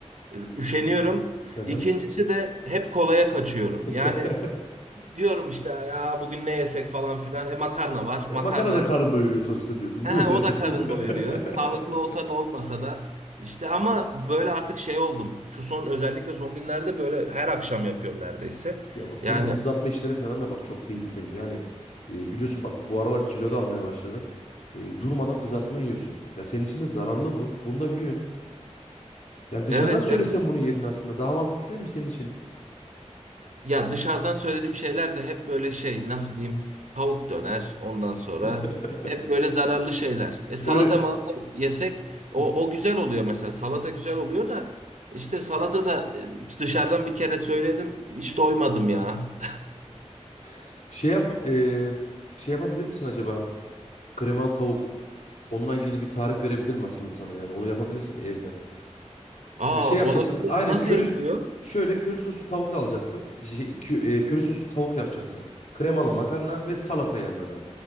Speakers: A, on the right (about 85°); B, on the left (about 85°).
A: Üşeniyorum.
B: Hı hı.
A: İkincisi de hep kolaya kaçıyorum.
B: <laughs>
A: Yani diyorum işte ya bugün ne yesek falan filan. E makarna var.
B: E,
A: Makarna
B: Makarna da karın doyuruyor sonuçta diyorsun
A: Ehe,
B: değil mi
A: o
B: her seferinde?
A: da karın doyuruyor. Sağlıklı
B: <laughs>
A: olsa da olmasa da işte ama böyle artık şey oldum. Şu son özellikle son günlerde böyle her akşam yapıyorum neredeyse.
B: Ya bak senin
A: Yani
B: bu kızartma işlerin falan da bak çok tehlikeli. Yani e, biliyorsun bak bu aralar kilo da almaya başladın. E, durmadan kızartma yiyorsun. Ya senin için de zararlı bu. Bunu da biliyorsun. Yani dışarıdan
A: evet
B: söylesen
A: evet
B: bunun yerini aslında daha mantıklı değil mi senin için?
A: Ya dışarıdan söylediğim şeyler de hep böyle şey nasıl diyeyim tavuk döner ondan sonra
B: <laughs>
A: hep böyle zararlı şeyler. E salata
B: Öyle.
A: malata yesek o,
B: Hı hı.
A: o güzel oluyor mesela salata güzel oluyor da işte salata da e, dışarıdan bir kere söyledim hiç doymadım ya.
B: <laughs> Şey yap e, şey yapabilir misin acaba? Kremalı tavuk. Onunla ilgili bir tarif verebilir mi aslında sana? Yani onu yapabilirsin evde.
A: <laughs> Aa
B: Ya şey yapacaksın.
A: olabilir
B: Aynen
A: nasıl
B: köri
A: yapılıyor?
B: şöyle köri soslu tavuk alacaksın. Şey, kö- e, köri soslu tavuk yapacaksın. Kremalı makarna ve salata yanına da.